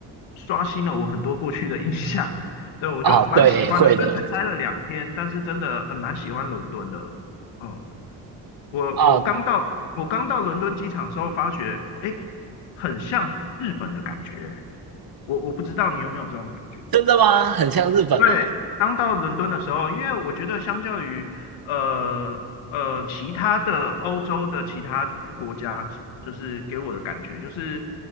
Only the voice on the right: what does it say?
啊，对，会的。
啊，
真的吗？很像日本哦。